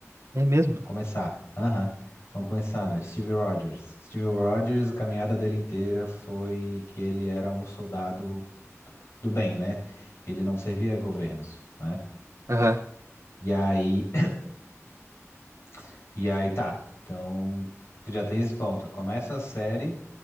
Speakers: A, on the right (about 75°); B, on the left (about 55°).
A: É mesmo?
B: Vamos começar. Aham. Vamos começar, né? Steve Rogers. Steve Rogers, a caminhada dele inteira foi que ele era um soldado do bem, né? Ele não servia governos, né?
A: Aham.
B: E aí, <coughs> <clears throat> e aí tá. Então, tu já tem esse ponto. Começa a série,